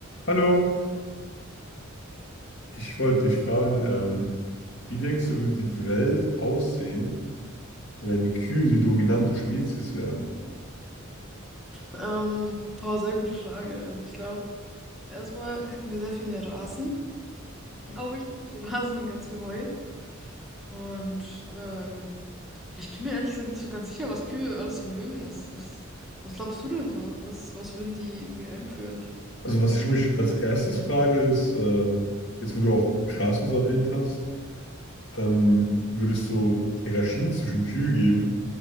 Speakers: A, on the left; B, in the centre.
A: Hallo, ich wollte dich fragen, ähm, wie denkst du, würde die Welt aussehen, wenn Kühe die dominante Spezies wären?
B: Ähm, boah, sehr gute Frage. Also ich glaube, erstmal hätten wir sehr viel mehr Rasen, glaube ich, ganz viel Rasen und ganz viel Heu. Und ähm, ja, ich bin mir ehrlich gesagt nicht so ganz sicher, was Kühe alles so mögen. Was, was, was glaubst du denn so? Was, was würden die irgendwie einführen?
A: Also was ich mich als erstes frage ist, ähm, jetzt wo du auch Gras und so erwähnt hast, ähm, würde es so Hierarchien zwischen Kühe geben,